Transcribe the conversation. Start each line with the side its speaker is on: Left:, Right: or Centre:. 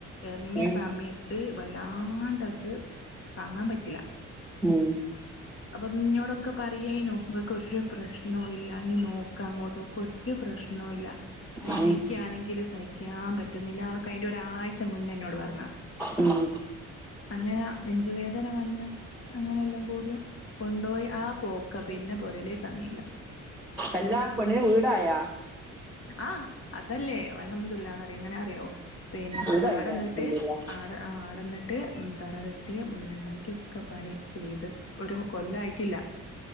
Left: ഇറങ്ങിയ
Centre: ഉം
Left: സമയത്ത് <unintelligible> വല്ലാണ്ടത് താങ്ങാൻ പറ്റില്ല
Centre: ഉം
Left: അപ്പൊ ഇഞ്ഞോടൊക്കെ പറയായിനോ ഇവക്കൊരു പ്രശ്നവും ഇല്ലാങ്കി നോ അങ്ങോട്ടക്കെ പ്രശ്നല്ല എനിക്കാണെങ്കിൽ
Centre: ഉം
Left: സഹിക്കാൻ പറ്റുന്നില്ല അതിന്റെ ഒരാഴ്ച മുന്നേ എന്നോട് പറഞ്ഞാ
Centre: ഉം ഉം
Left: അങ്ങനെ നെഞ്ചുവേദന വന്ന് അങ്ങനെല്ലാം കൂടിയ കൊണ്ടുപോയി ആ പോക്കാ പിന്നെ പൊരലേക്ക്ന്ന അല്ല
Centre: എല്ലാ പെണിന് വീടായ
Left: ആഹ് അതല്ലേ അലഹമ്മദല്ലാന്ന്റിയ എങ്ങനെ അറിയോ പിന്നെ
Centre: വീടായില്ല
Left: ആടന്നിട്ട്
Centre: അൽഹംദുലില്ലാ
Left: ആട ആടന്നിട്ട് തറ കെട്ടിയ വീടുണ്ടാക്കിയ ഒക്കെ പണി ചെയ്ത് ഒരു കൊല്ലായിട്ടില്ല